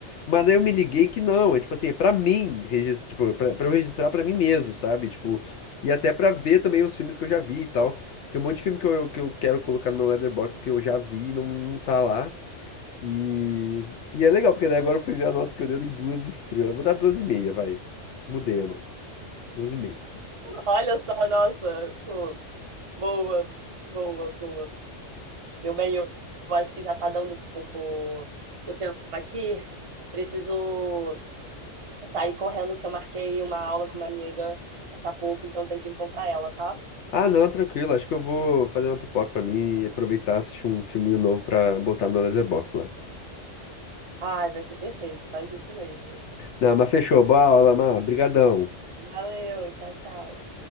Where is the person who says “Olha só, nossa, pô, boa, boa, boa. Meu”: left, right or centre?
Right